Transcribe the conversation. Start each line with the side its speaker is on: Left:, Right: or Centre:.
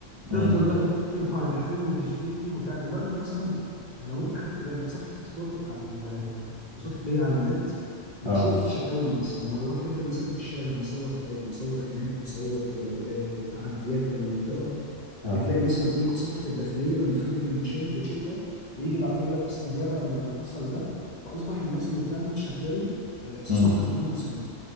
Right: امم
Left: تفضل بقى ترفع للحي وتشتكي وتع... دلوقتي مثلا لو انت خدت بالك صفحه الشرطه بتاعت ال- وزاره الخليه على النت بتشوف
Right: اه
Left: شكاوي الناس يعني لو حد مثلا في الشارع مصور حاجه مصور خناقه مصور تجو... آه، تعديات في المنطقه
Right: اه
Left: بتلاقي مثلا ايه صفحه الداخليه لما حد بيمنشنها بتشوف ده ويجي بعد كده يقول لك استجابه للي حصل ده فاصبح الناس اللي بتعمل شكاوي آه، صوتها
Right: امم
Left: بيكون مسموع